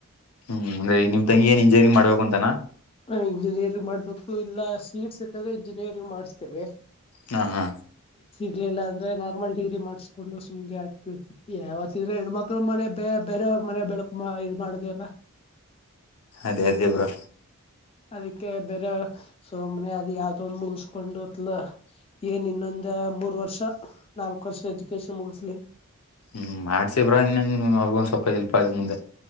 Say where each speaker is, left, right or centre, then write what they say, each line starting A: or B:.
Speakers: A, on the left; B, on the left.
A: ಹ್ಮ್, ಅಂದ್ರೆ ನಿಮ್ ತಂಗಿ ಇಂಜಿನಿಯರಿಂಗ್ ಮಾಡ್ಬೇಕು ಅಂತನಾ., -
B: ಹ, ಇಂಜಿನಿಯರಿಂಗ್ ಮಾಡ್ಬೇಕು ಇಲ್ಲ ಸೀಟ್ ಸಿಕ್ಕಿದ್ರೆ ಇಂಜಿನಿಯರಿಂಗ್ ಮಾಡಸ್ತೇವೆ.
A: ಹಾ, ಹಾ
B: ಇಲ್ಲ ಅಂದ್ರೆ ನಾರ್ಮಲ್ ಡಿಗ್ರಿ ಮಾಡಸ್ಕೊಂಡು ಸುಮ್ಗೆ ಆಗ್ತು ಯಾವತಿದ್ರು ಹೆಣ್ಮಕ್ಳು ಮನೆ ಬೇರೆ ಮನೆಬೆಳಕು ಇದ್ ಮಾಡುದು ಅಲ್ಲ,
A: ಅದೇ- ಅದೇ ಬ್ರೋ,
B: ಅದಕ್ಕೆ ಬೇರೆ ಸುಮ್ನೆ ಅದ ಯಾವ್ದೋಂದು ಮುಗಸ್ಕೊಂಡುತ್ಲ ಏನ್ ಇನ್ನೊಂದು ಮೂರು ವರ್ಷ ನಾಲ್ಕ್ ವರ್ಷ ಎಜುಕೇಶನ್ ಮುಗಿಸ್ಲಿ
A: ಹ್ಮ್, ಮಾಡಸಿಬ್ರೋ ಇನ್ನೊನಸ್ವಲ್ಪ ಎಲ್ಪ್ ಅಗ್ಲಿ ಮುಂದೆ.